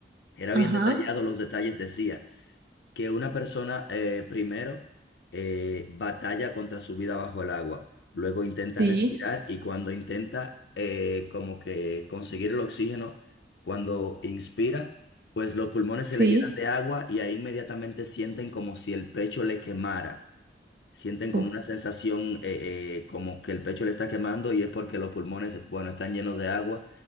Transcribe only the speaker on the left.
era bien
detallado, los detalles decía que una persona eh, primero eh, batalla contra su vida bajo el agua, luego intenta
respirar y cuando intenta eh, como que conseguir el oxígeno, cuando inspira, pues los pulmones se
le llenan de agua y ahí inmediatamente sienten como si el pecho le quemara. Sienten como
una sensación eh, eh, como que el pecho le está quemando y es porque los pulmones, bueno, están llenos de agua.